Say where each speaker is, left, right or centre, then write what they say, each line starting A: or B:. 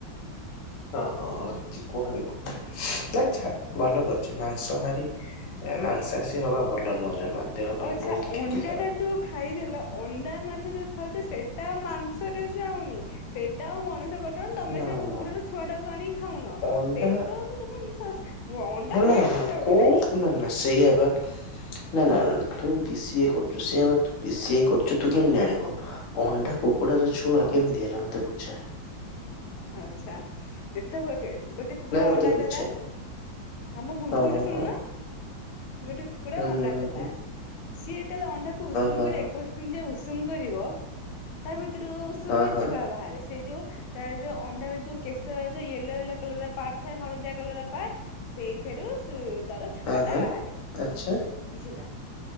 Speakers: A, on the left; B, on the left.
A: ହଁ କୁହନି କୁହନ ନାଇ ଛାଡ ଭଲ କରିଛି ମାଂସ ହାରି ଏ ମାଂସସୀ ହବା ଭଲ ନୁହ ଜମା ଦେହ ପାଇଁ
B: ଆଚ୍ଛା
A: ବହୁତ
B: ଅଣ୍ଡା
A: କ୍ଷତିକାରକ।
B: ଟା ଯୋଉ ଖାଇଦେଲ ଅଣ୍ଡା ମାଛ ଯୋଉ ଖାଉଛ ସେଟା ଆଉ ମାଂସରେ ଯାଉନି ସେଟା ଆଉ ମଣିଷ କଟଣ ତମେ
A: ନା
B: ସେ କୁକୁଡାର
A: ନା
B: ଛୁଆଟାକୁ ଆଣିକି ଖାଉନ
A: ଅଣ୍ଡା
B: ସେଇ ତ କଟମ <unintelligible> ହ ଅଣ୍ଡା
A: ନା
B: ଭେଜରେ
A: ନା
B: ଯାଉଛି
A: କୋଉ
B: ନାଇଁ।
A: ନା ନା ସେଇଆ ପା। ନା ନା ତୁ ବିସିଏ କରୁଛୁ ସେ ହେୁ ବିସିଏ କରୁଛୁ ତୁ କେମିତି ଜାଣିବୁ। ଅଣ୍ଡା କୁକୁଡାର ଛୁଆ କେମିତି
B: ଆଚ୍ଛା।
A: ହେଲା ମତେ ବୁଝା।
B: ଆଚ୍ଛା। ଯେତେବେଳେ ଗୋଟେ କୁକୁଡ଼ା
A: ନାଇଁ ମତେ
B: ଅଣ୍ଡା
A: ବୁଝା
B: ଦେଲା ହଁ ମୁଁ ବୁଝଉଛି
A: ହଁ
B: ଶୁଣୁନା।
A: ହଁ।
B: ଗୋଟେ କୁକୁଡ଼ା
A: ହୁଁ
B: ଅଣ୍ଡା
A: ହୁଁ
B: ଦେଲା
A: ହୁଁ
B: ସିଏ ଯେତେଲେ ଅଣ୍ଡାକୁ ଉଷୁମ
A: ହୁଁ
B: କରି ଏକୋଇଶ ଯେ ଉଷୁମ କରିବ ତା ଭିତରୁ ଉଷୁମରେ
A: ହଁ ହଁ ହଁ ହଁ
B: ଛୁଆ ବାହାରେ ସେଇ ଯୋଉ ତା ଯୋଉ ଅଣ୍ଡାର ଯୋଉ କେଶର ଯଉ ୟଲୋ ୟଲୋ କଲରର ପାର୍ଟ ଏ ହଳଦିଆ କଲରର ପାର୍ଟ। ସେଇଥିରୁ ସୁ ତାର ଛୁଆଟା
A: ହଁ ହଁ ହଁ।
B: ବାହାରେ
A: ଆଚ୍ଛା
B: ବୁଝିଲ